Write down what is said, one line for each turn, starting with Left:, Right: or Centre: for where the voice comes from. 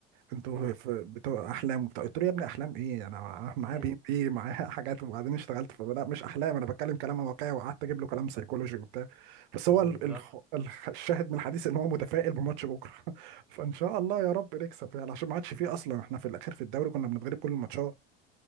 Right: انتوا
Centre: مم.
Right: في- بتوع احلام وبتاع قلت له يا ابني احلام ايه انا <laughs> معايا
Centre: <laughs>
Right: بي بي معايا <laughs> حاجات وبعدين اشتغلت فلا مش احلام انا بتكلم كلام واقعي وقعدت اجيب له كلام سيكولوجي وبتاع بس هو
Centre: بالظبط
Right: ال- الخ- الخ- الشاهد من الحديث ان هو متفائل بماتش بكره <laughs> فان شاء الله يا رب نكسب يعني عشان ما عادش فيه اصلا احنا في الاخر في الدوري كنا بنتغلب كل الماتشات